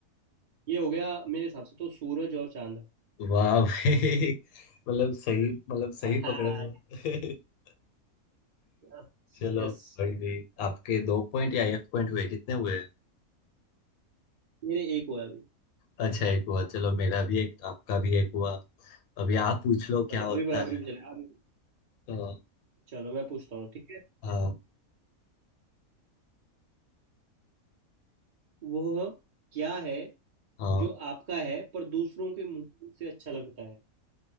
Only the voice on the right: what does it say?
ये हो गया मेरे हिसाब से तो सूरज और चांद
हाँ
Yes
yes
मेरे एक हुआ अभी
चलो
अभी बराबरी
पे चले अब
चलो मैं पूछता हूँ ठीक है
वो क्या है
जो आपका है पर दूसरों के मुंह से अच्छा लगता है